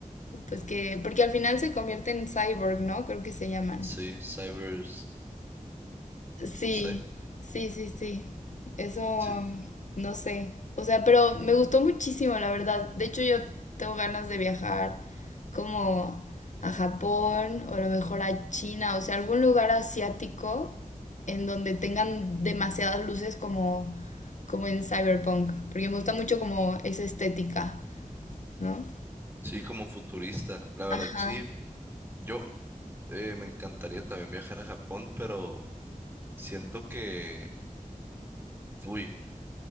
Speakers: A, on the left; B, on the right.
A: pues que, porque al final se convierte en cyborg, ¿no? Creo que se llaman.
B: Sí, cyber
A: Sí,
B: no sé.
A: sí, sí, sí. Eso,
B: Sí,
A: no sé. O sea, pero me gustó muchísimo, la verdad. De hecho, yo tengo ganas de viajar como a Japón o a lo mejor a China, o sea, algún lugar asiático en donde tengan demasiadas luces como, como en Cyberpunk, porque me gusta mucho como esa estética, ¿no?
B: sí, como futurista. La verdad,
A: Ajá.
B: sí, yo eh, me encantaría también viajar a Japón, pero siento que, uy.